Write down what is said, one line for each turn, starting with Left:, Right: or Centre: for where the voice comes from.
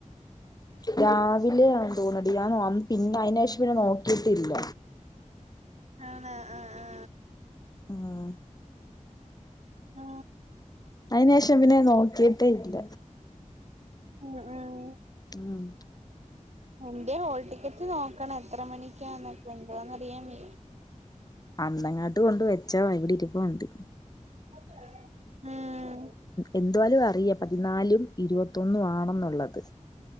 Left: രാവിലെയാ തോന്നെടി ഞാൻ പിന്നെ അയ്ന് ശേഷം പിന്നെ നോക്കിട്ടില്ല
Right: അന ആ ആ ആ
Left: ഉം
Right: ആ
Left: അതിനന് ശേഷം പിന്നെ നോക്കിട്ടേ ഇല്ല
Right: ഉം ഉം
Left: ഉം
Right: എന്റെ ഹോൾ ടിക്കറ്റ് നോക്കണം എത്ര മണിക്കാന്നൊക്കെ എന്താന്നറിയാവെ
Left: അന്നങ്ങാട്ട് കൊണ്ട് വെച്ചത ഇവിടെ ഇരുപ്പുണ്ട്
Right: <inaudible> ഉം
Left: എന്തുവായലും അറിയ പതിനാലും ഇരുപത്തൊന്നും ആണെന്നുള്ളത്